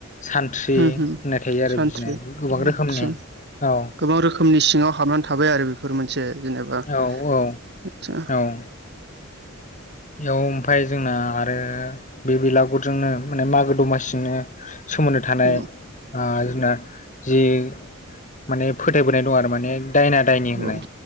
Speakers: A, on the left (about 35°); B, on the right (about 55°).
A: सान्थ्रि होननाय
B: उम उम
A: थायो आरो
B: सानथ्रि
A: बिदिनो गोबां
B: आदसा
A: रोखोमनि औ
B: गोबां रोखोमनि सिङाव हामबनानै थाबाय आरो बेफोर मोनसे जेनेबा आतसा
A: औ औ औ बेयाव ओमफाय जोंना आरो बे बिलागुरजोंनो माने मागो दमासिजोंनो सोमोन्दो थानाय
B: औ
A: ओ ना जि माने फोथायबोनाय दं आरो माने दायना-दायनि होननाय
B: औ